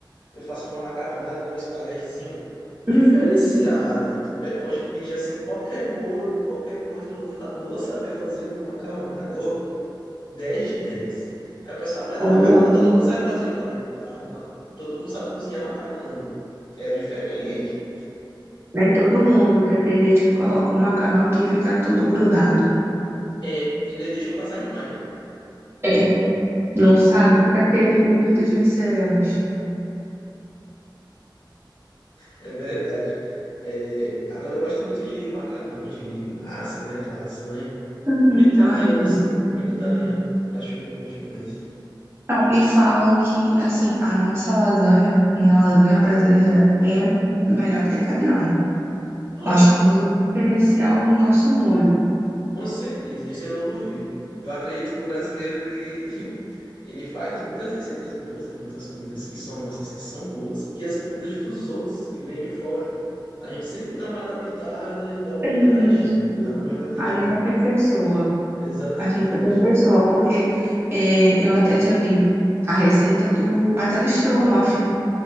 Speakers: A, on the left (about 65°); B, on the right (about 30°).
A: eu faço uma macarronada, né, um espaguetezinho diferenciada.
B: Hum,
A: E tu pe- pode pedir assim qualquer molho, qualquer coisa, eu vou, fa- eu vou saber fazer uma macarronada. Ô, 10 de 10. Aí o pessoal, "Ah, mas
B: ó,
A: a macarronada todo mundo sabe fazer. Eu falei, calma, todo mundo sabe cozinhar macarrão. É diferente.
B: nem todo mundo, porque tem gente que coloca o macarrão que fica todo grudado.
A: É, ele deixou passar demais, né?
B: É, não sabe? Fica aquele unidos venceremos.
A: É verdade. É, agora eu gosto muito de macarrão, de massa, né? Lasanha.
B: Uhum.
A: Comida italiana,
B: Ai, lasanha.
A: assim, comida italiana. Eu acho bom demais.
B: Não, e falam que, assim, a nossa lasanha, né, a lasanha brasileira é melhor que a italiana.
A: Ora,
B: Nós temos o diferencial no nosso molho.
A: Com certeza, isso eu não duvido. Eu acredito que o brasileiro ele, <laughs> ele faz muitas receitas boas, né? Muitas comidas que são nossas que são boas e as comidas dos outros que vêm de fora. A gente sempre dá uma adaptada e dá uma
B: Isso.
A: melhoradinha, dá uma melhoradinha.
B: A gente aperfeiçoa,
A: Exatamente.
B: a gente aperfeiçoa, porque é, eu até já vi a receita do, até do estrogonofe,